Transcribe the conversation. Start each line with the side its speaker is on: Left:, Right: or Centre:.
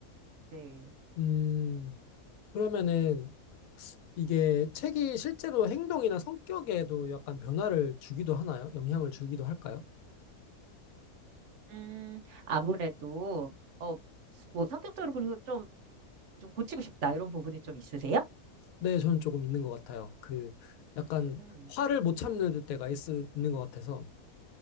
Right: 네.
Left: 음, 그러면은 이게 책이 실제로 행동이나 성격에도 약간 변화를 주기도 하나요? 영향을 주기도 할까요?
Right: 음, 아무래도 어, 뭐 성격적으로 좀, 좀 고치고 싶다 이런 부분이 좀 있으세요?
Left: 네, 저는 조금 있는 것 같아요. 그 약간
Right: 음.
Left: 화를 못 참는 때가 있, 있는 것 같아서.